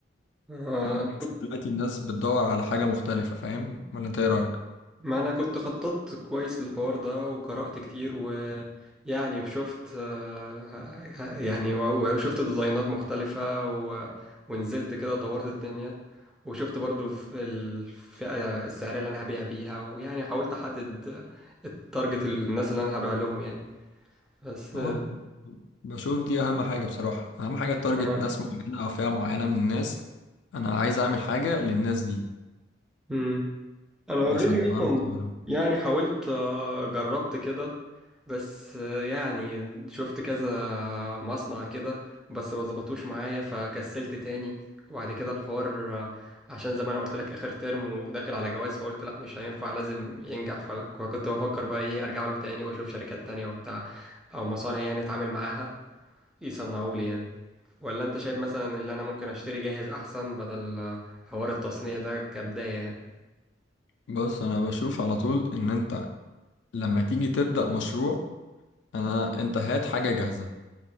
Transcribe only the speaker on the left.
أنا بحس
دلوقتي الناس بتدور على حاجة مختلفة فاهم ولا انت ايه رأيك
اه
بشوف دي اهم حاجة بصراحة اهم حاجة تارجت
ناس معينة او فئة معينة من الناس انا عايز اعمل حاجة للناس دي
عشان
تعرف تعرف
بص انا بشوف على طول ان انت لما تيجي تبدأ مشروع انا انت هات حاجة جاهزة